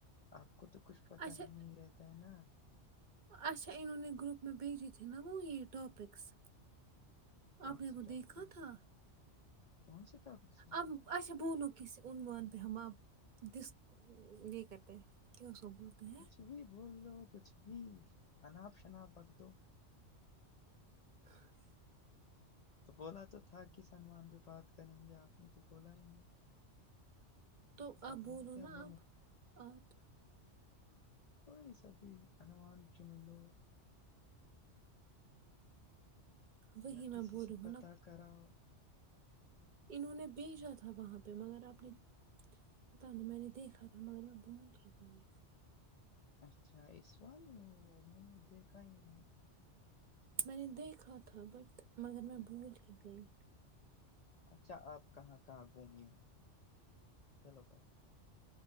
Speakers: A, on the left (about 85°); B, on the right (about 50°).
A: آپ کو تو کچھ پتا
B: اچھا
A: ہی نہیں رہتا ہے نا
B: اچھا انہوں نے گروپ میں بھیجے تھھی نا وہ یہ اپکس
A: کون
B: آپ نے
A: سے
B: کو
A: ٹاپک
B: دیکھا تھا
A: کون سے ٹاپکس مھ
B: اب اچھا بولو کس عونوان پہم دس یہ کرتے کیا اسو بو کہ ہیں
A: کچھ بھی بھول دو کچھ بھی انناپ شناپ بک دو
B: <inaudible>
A: تو بولا تو تھا کس سنومان پہ بات کریں گے آپ نے تو بولا ہی نہیں
B: تو آپ
A: اب
B: بولو
A: میں کیا
B: نا
A: بولوں
B: آپ آپ <unintelligible>
A: کوئی سا بھی انومان چن لو
B: وہی
A: یا
B: میں
A: کسی
B: بول
A: سے
B: رہی
A: پتاہ
B: ہوں نا
A: کراؤ
B: انہوں نے بھیجا تھا وہاں پہ مگر آپ نے پتا نہیں میں نے دیکھا تھا مگر میں بھول ہی گئی
A: اچھا اس سال ہے وہ میں نے دیکھا ہی نہیں
B: میں نے دیکھا تھا بٹ مگر میں بھول ہی گئی
A: اچھا آپ کہاں کہاں گھمی ہو چلو بات